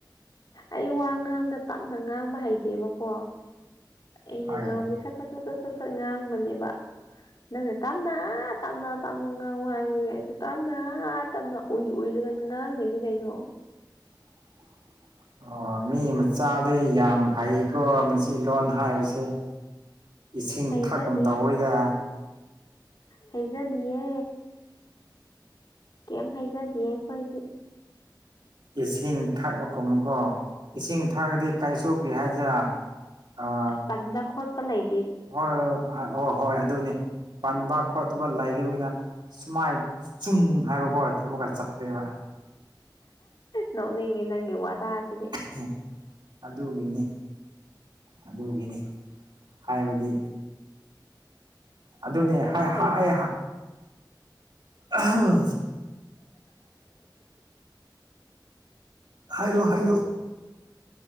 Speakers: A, on the left (about 60°); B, on the right (about 75°).
A: ꯑꯩ ꯋꯥ ꯉꯥꯡꯅ ꯇꯞꯅ ꯉꯥꯡꯕ ꯍꯩꯇꯦꯕꯀꯣ ꯑꯩꯅ
B: ꯍꯣꯏ
A: ꯉꯥꯡꯕꯗꯤ ꯁꯠ ꯁꯠ ꯁꯠ ꯁꯠ ꯁꯠ ꯁꯠ ꯉꯥꯡꯕꯅꯦꯕ ꯅꯪꯅꯦ ꯇꯞꯅ ꯇꯞꯅ ꯇꯞꯅ ꯉꯥꯡꯉꯨ ꯍꯥꯏꯕꯒꯤ ꯑꯩꯁꯨ ꯇꯞꯅ ꯇꯞꯅ ꯎꯏ ꯎꯏꯔ ꯉꯥꯡ ꯉꯤꯅ‌ꯦ ꯀꯩꯅ‌ꯣ
B: <inaudible> ꯑꯣ ꯃꯤ ꯃꯆꯥꯗꯩ ꯌꯥꯝ ꯍꯩꯀꯣ ꯃꯁꯤ ꯂꯣꯟ ꯍꯥꯏꯕꯁꯦ ꯏꯁꯤꯡ
A: ꯍꯩꯖꯗꯤꯌꯦ
B: ꯊꯛꯀꯨꯝ ꯇꯧꯔꯤꯗ
A: ꯍꯩꯖꯗꯤꯌꯦ ꯀꯦꯝ ꯍꯥꯏ ꯖꯗꯤꯌꯦ ꯈꯣꯏꯗꯤ
B: ꯏꯁꯤꯡ ꯊꯛꯂꯀꯨꯝ ꯑꯃꯨꯛꯀꯣ ꯏꯁꯤꯡ ꯊꯛꯑꯗꯤ ꯀꯥꯏꯁꯨꯣꯛꯄꯤ ꯍꯥꯏꯁꯤꯔ ꯑꯥ
A: ꯄꯟꯕ ꯈꯣꯠꯄ ꯂꯩ
B: ꯍꯣꯏ ꯍꯣꯏ ꯍꯣꯏ ꯑꯗꯨꯅꯤ ꯄꯥꯟꯕ ꯈꯣꯠꯠꯇꯕ ꯂꯩꯕꯅꯤꯅ ꯁꯨꯃꯥꯏ ꯆꯨꯝ ꯍꯥꯏꯕ ꯈꯣꯠ ꯑꯃ ꯆꯠꯈ꯭ꯔꯦꯕ
A: ꯅꯣꯛ ꯅꯤꯡꯉꯦ ꯅꯪꯒꯤ ꯋꯥꯇꯥ ꯁꯤꯗꯤ
B: ꯎꯝ ꯑꯗꯨꯒꯤꯅꯤ ꯑꯗꯨꯒꯤꯅꯤ ꯍꯥꯏꯕꯗꯤ ꯑꯗꯨꯅꯦ
A: ꯑꯩꯁꯨ
B: ꯑꯩ
A: ꯍꯩ
B: ꯑꯥ ꯍꯝ ꯍꯥꯏꯔꯣ ꯍꯥꯏꯔꯣ